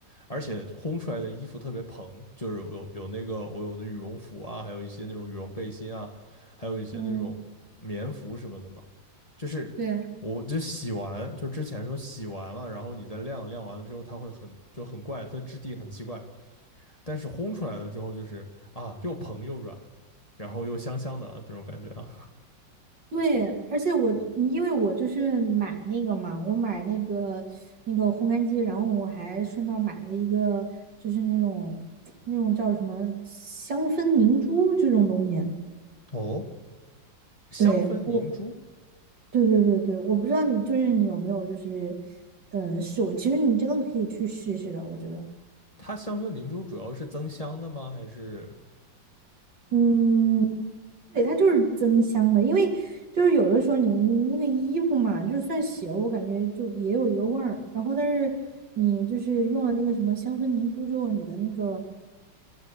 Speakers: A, on the left (about 20°); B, on the right (about 70°).
A: 而且烘出来的衣服特别蓬，就是有有那个我有的羽绒服啊，还有一些那种羽绒背心啊，还有一些那种棉服什么的嘛，
B: 嗯，
A: 就是我就洗完，
B: 对。
A: 就之前说洗完了，然后你再晾，晾完了之后它会很就很怪，它的质地很奇怪，但是烘出来了之后就是啊又蓬又软，然后又香香的啊这种感觉啊，
B: 对，而且我嗯因为我就是买那个嘛，我买那个那个烘干机，然后我还顺道买了一个，就是那种那种叫什么香氛凝珠这种东西。
A: 哦。香氛凝珠，
B: 对，我，对对对对，我不知道你就是你有没有就是，嗯，试过，其实你真的可以去试试的，我觉得。
A: 它香氛凝珠主要是增香的吗？还是
B: 嗯，对，它就是增香的，因为就是有的时候你那个衣服嘛，就算洗了，我感觉就也有一个味儿。然后，但是你就是用了那个什么香氛凝珠之后，你的那个